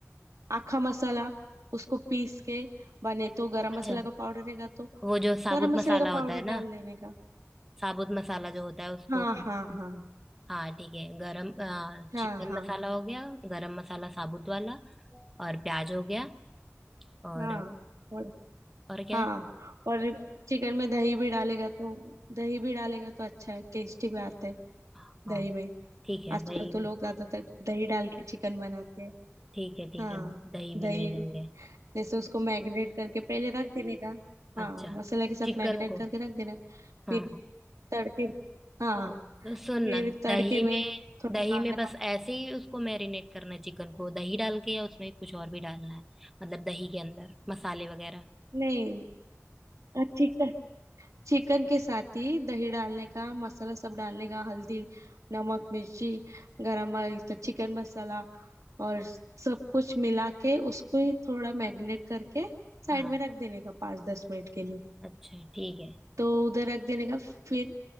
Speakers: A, on the right; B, in the centre.
A: आखा मसाला उसको पीस के बने तो गरम
B: अच्छा
A: मसाला का पाउडर रहेगा तो
B: वो जो साबुत
A: गरम मसाले
B: मसाला
A: का पाउडर
B: होता है ना
A: डाल देने का
B: साबुत मसाला जो होता है उसको
A: हाँ हाँ हाँ
B: हाँ ठीक है गरम आ,
A: हाँ
B: चिकन
A: हाँ
B: मसाला हो गया गरम मसाला साबुत वाला और प्याज हो गया और
A: हाँ हाँ
B: और क्या
A: हाँ
B: है
A: और चिकन में दही भी डालेगा तो दही भी डालेगा तो अच्छा है टेस्टी भी आता है
B: हाँ
A: दही में
B: ठीक है
A: आजकल
B: दही
A: तो
B: भी
A: लोग ज्यादातर दही डाल के चिकन बनाते हैं
B: ठीक है ठीक
A: हाँ
B: है दही भी
A: दही
B: ले लेंगे
A: जैसे उसको मैरिनेट करके पहले रख देने का हाँ
B: अच्छा
A: मसाला के साथ
B: चिकन
A: मैरिनेट
B: को
A: करके रख देना
B: हाँ
A: फिर
B: हाँ
A: तड़के हाँ
B: तो सुनना
A: फिर तड़के
B: दही
A: में
B: में
A: थोड़ा
B: दही
A: कांदा
B: में बस ऐसे ही उसको मैरिनेट करना है चिकन को दही डाल के या उसमें कुछ और भी डालना है मतलब दही के अंदर मसाले वगैरह
A: नहीं चिकन चिकन के साथ ही दही डालने का मसाला सब डालने का हल्दी नमक मिर्ची गरम मसाला चिकन मसाला और सब कुछ मिला के उसको ही थोड़ा मैरिनेट करके साइड
B: हाँ
A: में रख देने का पाँच दस मिनट के लिए
B: अच्छा ठीक है
A: तो उधर रख देने का फिर